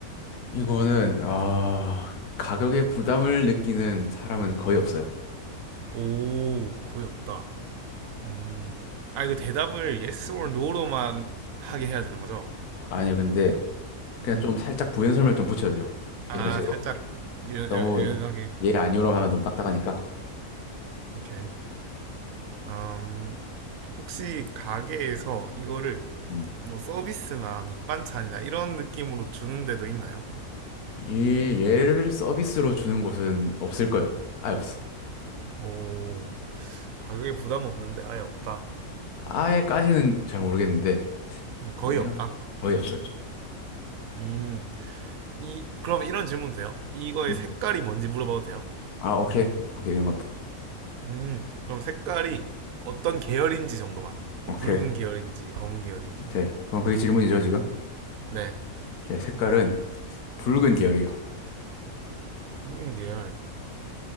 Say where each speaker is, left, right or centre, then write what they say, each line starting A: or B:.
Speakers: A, on the left; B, on the right.
A: 이거는 아 가격에 부담을 느끼는 사람은 거의 없어요
B: 오, 거의 없다. 음, 아, 이거 대답을 yes or no로만 하게 해야 되는 거죠?
A: 아니 근데 그냥
B: 음.
A: 좀 살짝 부연 설명 좀 붙여야 돼요
B: 아,
A: 이런 식으로
B: 살짝 유- 유-
A: 너무
B: 유연하게.
A: 예 아니오라고 하면 너무 딱딱하니까
B: 오케이. 음, 혹시 가게에서 이거를
A: 음.
B: 뭐 서비스나 밑반찬이나 이런 느낌으로 주는 데도 있나요?
A: 이 얘를 서비스로 주는 곳은 없을 거예요 아예 없어
B: 오, 가격에 부담 없는데 아예 없다.
A: 아예까지는 잘 모르겠는데
B: 네, 거의
A: 어디가
B: 없다.
A: 거의 없어요
B: 음, 이, 그럼 이런 질문 돼요? 이거의
A: 음?
B: 색깔이 뭔지 물어봐도 돼요?
A: 아 오케이 오케이 이런 것도
B: 음, 그럼 색깔이 어떤 계열인지 정도만. 뭐
A: 오케이
B: 붉은 계열인지, 검은 계열인지.
A: 오케이. 그럼 그게 질문이죠, 지금?
B: 네,
A: 오케이. 색깔은 붉은 계열이요.
B: 붉은 계열.